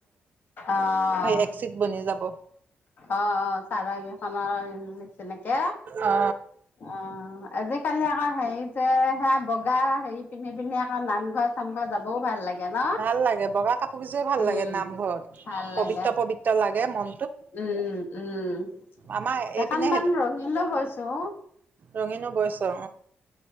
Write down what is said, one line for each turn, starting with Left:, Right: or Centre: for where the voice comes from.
Left: অঁ
Right: একচিট বনি যাব
Left: অঁ অঁ চাদৰ কেইখনৰ তেনেকে
Right: অ
Left: অঁ আজি কালি আকৌ হেৰিতে সেয়া বগা হেৰি পিন্ধি পিন্ধি আকৌ নামঘৰ চামঘৰ যাবও ভাল লাগে ন
Right: ভাল লাগে বগা কাপোৰ কেইযোৰৰ ভাল ভাল
Left: উম
Right: লাগে নামঘৰত
Left: ভাল
Right: পবিত্ৰ
Left: লাগে
Right: পবিত্ৰ লাগে মন
Left: উম উম
Right: আমাৰ
Left: কেইখন
Right: এইপিনে
Left: মান ৰঙিলেও হৈছো
Right: ৰঙীন বৈশ অ